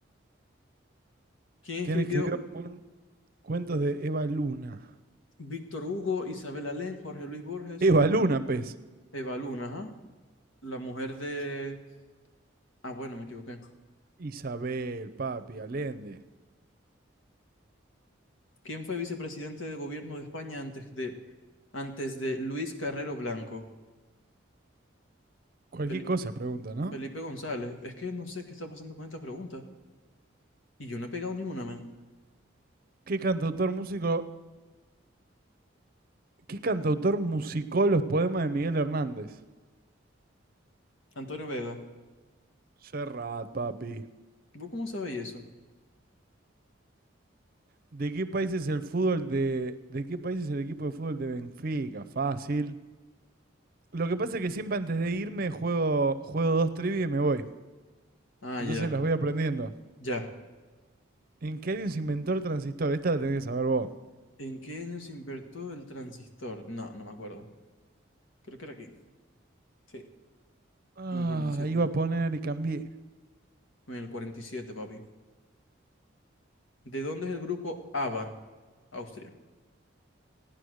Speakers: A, on the left; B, on the right.
A: ¿Quién escribió
B: ¿Quién escribió cuen- cuentos de Eva Luna?
A: Víctor Hugo, Isabel Allende, Jorge Luis Borges,
B: Eva Luna, pez.
A: Eva Luna, ajá, la mujer de... Ah, bueno, me equivoqué.
B: Isabel, Papi, Allende.
A: ¿Quién fue vicepresidente de gobierno de España antes de, antes de Luis Carrero Blanco?
B: Cualquier
A: Fel-
B: cosa pregunta, ¿no?
A: Felipe González. Es que no sé qué está pasando con esta pregunta. Y yo no he pegado ni una, men.
B: ¿Qué cantautor músico, qué cantautor musicó los poemas de Miguel Hernández?
A: Antonio Vega.
B: Serrat, papi.
A: ¿Vos cómo sabéis eso?
B: ¿De qué país es el fútbol de, de qué país es el equipo de fútbol de Benfica? Fácil. Lo que pasa es que siempre antes de irme juego, juego dos trivias y me voy.
A: Ah,
B: Entonces
A: ya,
B: las voy aprendiendo.
A: ya.
B: ¿En qué año se inventó el transistor? Esta la tenés que saber vos.
A: ¿En qué año se inventó el transistor? No, no me acuerdo. Creo que era aquí. Sí,
B: Ah,
A: en el 47.
B: iba a poner y cambié.
A: En el 47, papi. ¿De dónde es el grupo ABBA? Austria.